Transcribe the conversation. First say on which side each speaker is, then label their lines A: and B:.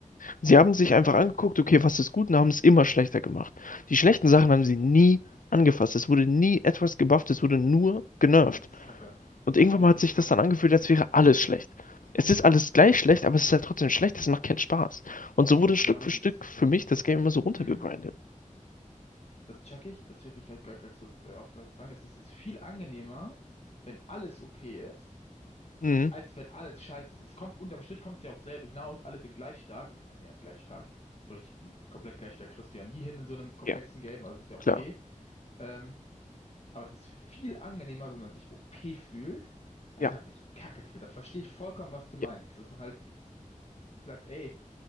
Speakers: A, on the left; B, on the left.
A: Sie haben sich einfach
B: Okay.
A: angeguckt, okay, was ist gut, und haben es immer schlechter gemacht. Die schlechten Sachen haben sie nie angefasst. Es wurde nie etwas gebufft, es wurde nur genervt.
B: Das ist Kacke.
A: Und irgendwann
B: Ja,
A: mal hat sich das dann angefühlt, als wäre alles schlecht. Es ist alles gleich schlecht, aber es ist halt trotzdem schlecht, es macht keinen Spaß. Und so wurde Stück
B: genau
A: für
B: richtig.
A: Stück
B: Das ist,
A: für mich das Game immer so runtergegrindet.
B: mhm. Das check ich. Das werde ich gleich, gleich, gleich so, äh, auch dazu sagen. Es ist, ist viel angenehmer, wenn alles OP ist.
A: Mhm.
B: als wenn alles scheiße ist. Es kommt, unterm Strich kommt es ja aufs selbe hinaus, alle sind gleich stark oder annähernd gleich stark. So richtig komplett gleich stark kriegst du ja nie hin in so einem komplexen
A: Ja,
B: Game, aber das ist ja auch
A: klar.
B: okay. Ähm, aber es ist viel angenehmer, wenn man sich OP fühlt, als
A: Ja.
B: wenn man sich Kacke fühlt. Das verstehe ich vollkommen, was du meinst.
A: Ja,
B: Dass man halt sagt, ey,